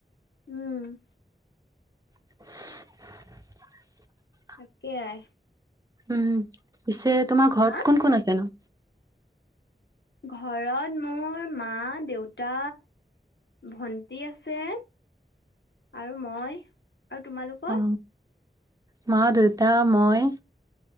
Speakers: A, on the left; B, on the right.
A: উম
B: <inaudible>
A: তাকে আই
B: উম পিছে তোমাৰ ঘৰত
A: হা
B: কোন কোন আছেনো
A: ঘৰত মোৰ মা দেউতা ভন্টি আছে আৰু মই আৰু তোমালোক
B: অ মা দেউতা মই